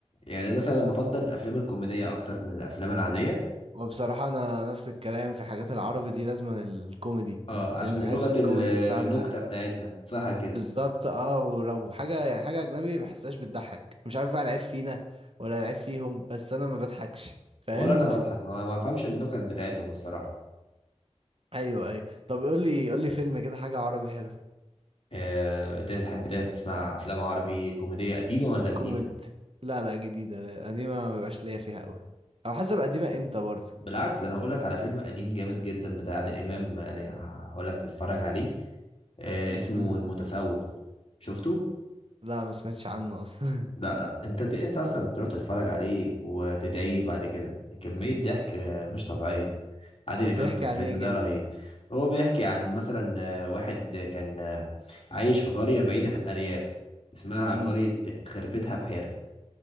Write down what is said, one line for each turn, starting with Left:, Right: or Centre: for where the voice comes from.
Left: يعني مثلا انا بفضل الافلام الكوميديه اكتر من الافلام العاديه
Right: وبصراحة أنا نفس الكلام في حاجات العربي دي لازما الكوميدي
Left: اه
Right: لأن
Left: عشان
Right: بحس
Left: لغة
Right: الكوميدي
Left: ال-
Right: بتاعنا
Left: النكتة بتاعتنا صح كده
Right: بالظبط اه ولو حاجة يعني حاجة أجنبي بحسهاش بتضحك مش عارف بقى العيب فينا ولا العيب فيهم بس أنا ما بضحكش <laughs> فاهم
Left: ولا انا بضحك ما ما بفهمش النكت بتاعتهم الصراحة
Right: أيوه أيوه طب قولي قولي فيلم كده حاجة عربي حلو
Left: أه تحب تسمع افلام عربي كوميدية قديمة ولا جديدة
Right: كوميد لا لا جديدة لا، قديمة ما بيبقاش ليا فيها أوي أو حسب قديمة إمتى برضه
Left: بالعكس انا هقول لك على فيلم قديم جامد جدا بتاع عادل امام يعني هقول لك تتفرج عليه أه اسمه
Right: امم
Left: المتسول شفته
Right: لا ما سمعتش عنه أصلا
Left: لا لا انت ت... انت اصلا تروح تتفرج عليه وتدعيه بعد كده كمية ضحك آه، مش طبيعية
Right: <laughs>
Left: عادل
Right: طب
Left: إمام
Right: بيحكي
Left: في الفيلم
Right: عن إيه
Left: ده
Right: كده
Left: رهيب هو بيحكي عن مثلا آه، واحد آه، كان آه، عايش في قرية بعيدة في الأرياف اسمها
Right: امم
Left: قرية خربتها بحيرة